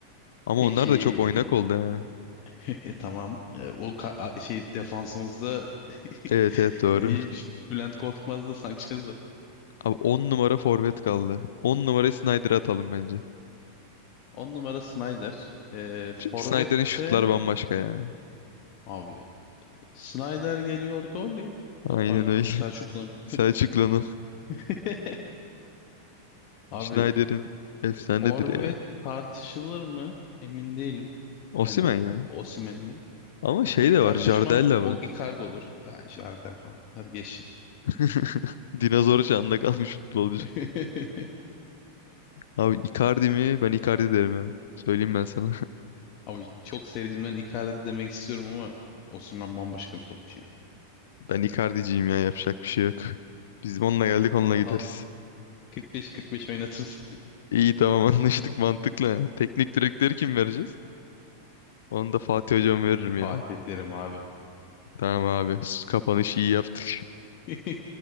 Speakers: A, on the left; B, on the left.
A: Ama
B: Peki
A: onlar da çok oynak oldu he.
B: <laughs> tamam. E, o ka- a- şey defansımızda
A: Evet evet
B: <laughs>
A: doğru. <laughs>
B: Bülent Korkmaz da Sanchez
A: Abi 10 numara forvet kaldı. 10 numarayı Snyder'a atalım bence.
B: 10 numara Snyder. Ee, Forvet'te
A: Çünkü Snyder'in şutları bambaşka ya.
B: abi Snyder geliyor golley.
A: Aynen
B: Oh, pardon
A: öyle.
B: Selçuklu'nun.
A: <laughs> Selçuklu'nun,
B: <laughs> Abi
A: Snyder'in efsanedir
B: forvet
A: ya.
B: tartışılır mı? Emin değilim.
A: Osimhen
B: Yani
A: ya.
B: Osimhen'le.
A: Ama şey
B: Tek
A: de
B: tartışmam
A: var, Jardel de
B: o
A: var.
B: Icardi olur. Ya Jardel falan. Bunları geç.
A: <laughs> Dinozor çağında kalmış futbolcu.
B: <laughs>
A: Abi Icardi mi? Ben Icardi derim ya. Söyleyeyim ben sana. <laughs>
B: Abi çok sevdiğimden Icardi demek istiyorum ama Osimhen bambaşka bir topçu ya.
A: Ben Icardi'ciyim ya yapacak bir şey yok. Biz onunla geldik onunla gideriz.
B: Al 45-45 oynatırsın.
A: İyi tamam <laughs> anlaştık mantıklı. Teknik direktörü kim vereceğiz? Onu da Fatih Hocam veririm
B: <laughs>
A: ya.
B: Fatih ederim abi.
A: Tamam abi. Kapanışı iyi yaptın.
B: <laughs>